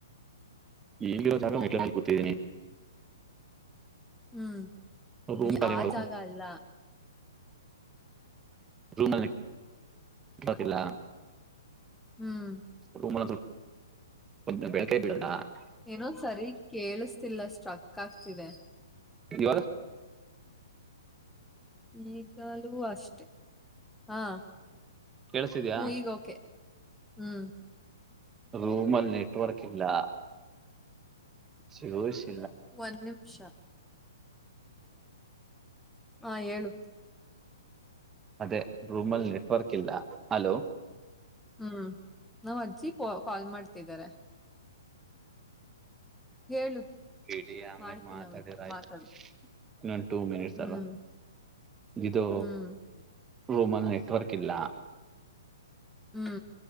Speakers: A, on the right; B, in the centre.
A: ಎಲ್ಲಿರೋ ಜಾಗ ಮೆಟ್ಲೆ ಮಲೆ ಕೂತಿದ್ದೀನಿ
B: ಹ್ಮ್
A: ರೂಮ್ ಖಾಲಿ
B: ಆ
A: ಮಾಡ್ಬೇಕು
B: ಜಾಗ ಅಲ್ಲ
A: ರೂಮ್ ಅಲ್ಲಿ <inaudible>
B: ಹ್ಮ್
A: <unintelligible> ಸ
B: ಏನೋ ಸರಿ ಕೇಳಿಸ್ತಿಲ್ಲಾ ಸ್ಟ್ರಕ್ ಆಗ್ತಿದೆ.
A: ಇವಾಗ
B: ಈಗ್ ಇವಾಗ್ಲೂ ಅಷ್ಟೆ ಹಾ
A: ಕೇಳಸ್ತಿದ್ಯಾ
B: ಹು ಈಗ ಓಕೆ. ಹ್ಮು
A: ರೂಮಲ್ಲಿ ನೆಟ್ವರ್ಕ್ ಇಲ್ಲಾ. <unintelligible>
B: ಒಂದ್ ನಿಮಿಷ. ಹಾ ಹೇಳು.
A: ಅದೇ ರೂಮಲ್ಲಿ ನೆಟ್ವರ್ಕ್ ಇಲ್ಲ ಹಲೋ.
B: ಹ್ಮು ನಮ್ಮ ಅಜ್ಜಿ ಕಾ ಕಾಲ್ ಮಾಡ್ತಿದ್ದಾರೆ. ಹೇಳು
A: ಇಡಿ ಆಮೇಲೆ
B: ಮಾಡ್ತೀನಿ
A: ಮಾತಾಡೋರ್
B: ಆಮೇಲೆ
A: ಅಯ್ತಂತೆ.
B: ಮಾತಾಡು
A: ಟೂ ಮಿನಿಟ್ಸ್
B: ಹ್ಮ್
A: ಅಲ್ಲ ಇದು
B: ಹ್ಮ್
A: ರೂಮಲ್ಲಿ ನೆಟ್ವರ್ಕ್ ಇಲ್ಲಾ.
B: ಹ್ಮು